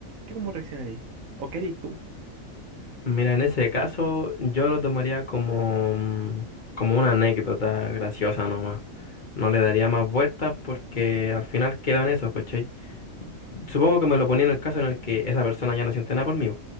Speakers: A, on the right (about 80°); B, on the left (about 40°).
A: que cómo reaccionarías. O qué harías tú.
B: mira, en ese caso yo lo tomaría como, mm, como una anécdota graciosa nomás. No le daría más vueltas porque al final quedó en eso, ¿cachai? Supongo que me lo ponía en el caso en el que esa persona ya no siente nada por mí,